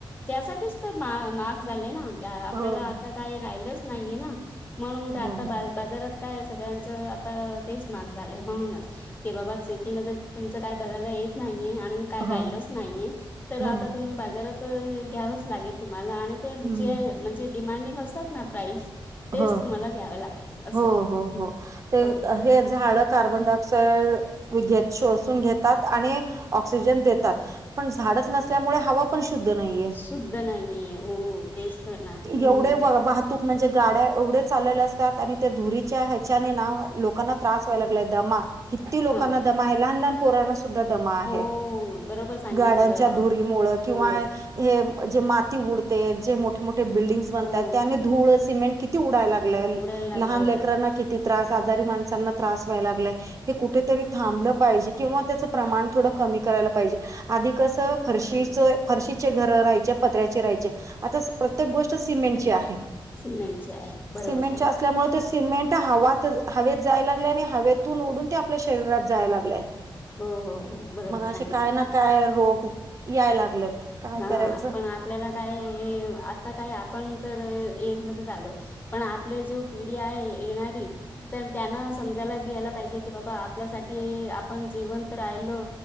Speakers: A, on the left; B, on the right.
A: त्यासाठीच तर मा माहाग झाले ना? आपल्याला
B: हो
A: आता काही राहिलंच नाहीये ना म्हणून आता
B: हो
A: बा बाजारात काय सगळ्यांच आता तेच माहाग झालंय म्हणूनच. की बाबा शेतीमध्ये तुमचं काय बघायला येत नाहीये. आणि काही
B: हो
A: राहिलच नाहीये. तर आता
B: हो
A: तुम्ही बाजारात घ्यावच लागेल तुम्हाला. आणि ते
B: हम्म
A: जे म्हणजे डिमांडिंग असतात ना. प्राईस तेच
B: हो
A: तुम्हाला द्यावे लागेल असं आहे
B: हो
A: हो
B: हे झाड कार्बन डाय <unintelligible> घेत शसून घेतात आणि ऑक्सिजन देतात. पण झाडच नसल्यामुळे हवा शुद्ध नाहीये.
A: शुद्ध नाहीये हो तेच तर ना हम्म
B: एवढे वाहतूक म्हणजे गाड्या एवढ्या चालल्या असतात आणि त्या धुरीच्या ह्याच्याने नाव लोकांना त्रास व्हायला लागलाय दमा किती लोकांना
A: हो
B: दमाय. लहान लहान पोराण दमा आहे.
A: हो बरोबर सांगितलं
B: गाड्यांच्या धुरीमुळे किंवा
A: हो
B: हे जे माती उडते. जे मोठे मोठे बिल्डिंगज बनतात.
A: हो
B: त्याने धूळ सिमेंट किती उडायला लाग
A: उडायला लागले
B: लहान लेकरांना किती त्रास आजारी माणसांना त्रास व्हाय लागलाय. हे कुठेतरी थांबलं पाहिजे किंवा त्याचं प्रमाण थोडं कमी करायला पाहिजे. आधी कसं. फरशीच फरशीचे घर राहायचे. पत्र्याचे राहायचे. आता प्रत्येक गोष्ट सिमेंटची आहे.
A: सिमेंटचे आहे. बरोबर
B: सिमेंटच्या
A: सांगितलं
B: असल्यामुळे, ते सिमेंट हवा हवेत जायला आणि हवेतून उडून ते, आपल्या शरीरात जाय लागलेय.
A: हो हो हो बरोबर
B: मग असे
A: सांगितलं
B: काय ना
A: तुम्ही
B: काय. रोग याय लागलेत. काय
A: हा
B: करायचं
A: पण आपल्याला काय असता काय आपण तर एज मध्ये झालो. पण आपली जो पिढी आहे येणारी. तर त्यांना समजायला घ्यायला पाहिजे की बाबा आपल्यासाठी आपण जेवंत राहिलो